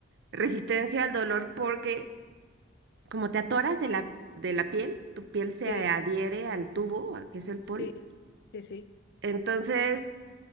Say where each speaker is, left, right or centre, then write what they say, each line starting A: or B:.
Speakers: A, on the right; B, on the left.
A: resistencia al dolor porque como te atoras de la de la piel, tu piel se
B: Sí,
A: adhiere al tubo, que es el
B: sí,
A: pol.
B: sí, sí.
A: Entonces,